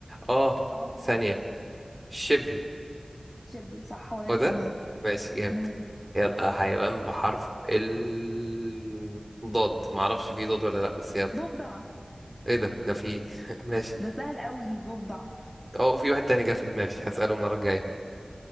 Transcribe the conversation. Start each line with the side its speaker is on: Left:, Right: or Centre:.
Right: آه
Centre: اه
Right: ثانية شبل
Centre: شبل صح هو ده اللي
Right: هو ده
Centre: في دماغي
Right: ماشي جامد
Centre: امم
Right: يلا حيوان بحرف ال ضاد معرفش في ضاد ولا لأ بس يلا
Centre: ضفدع
Right: إيه ده ده في <laughs> ماشي
Centre: ده سهل قوي ضفدع
Right: أه في واحد تاني جه في دماغي هسأله المرة الجاية